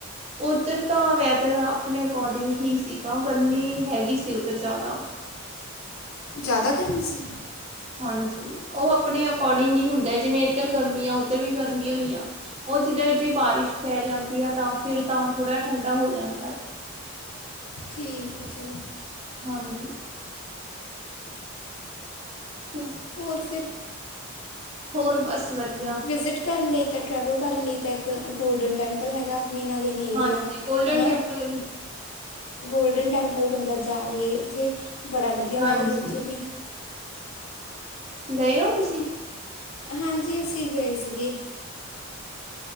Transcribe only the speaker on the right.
ਉੱਧਰ ਤਾਂ ਵੈਦਰ ਆਪਣੇ ਅਕੋਡਿੰਗ ਹੀ ਸੀਗਾ, ਗਰਮੀ ਹੈਗੀ ਸੀ ਉੱਧਰ ਜ਼ਿਆਦਾ।
ਹਾਂਜੀ, ਉਹ ਆਪਣੇ ਅਕੋਰਡਿੰਗ ਹੀ ਹੁੰਦਾਏ, ਜਿਵੇਂ ਇੱਧਰ ਗਰਮੀ ਆ ਉੱਧਰ ਵੀ ਗਰਮੀ ਓਹੀ ਆ। ਉਹ ਜਿੱਦਰ ਜੇ ਬਾਰਿਸ਼ ਪੈ ਜਾਂਦੀ ਆ, ਤਾਂ ਫ਼ਿਰ ਤਾਂ ਥੋੜ੍ਹਾ ਜਾ ਠੰਢਾ ਹੋ ਜਾਂਦਾ ਏ।
ਹਾਂਜੀ। ਹਮ <inaudible>
ਹੋਰ ਬਸ ਵਧੀਆ।
ਹਾਂਜੀ
ਗੋਲਡਨ
ਟੈਂਪਲ
ਹਾਂਜੀ
ਗਏ ਓ ਤੁਸੀਂ?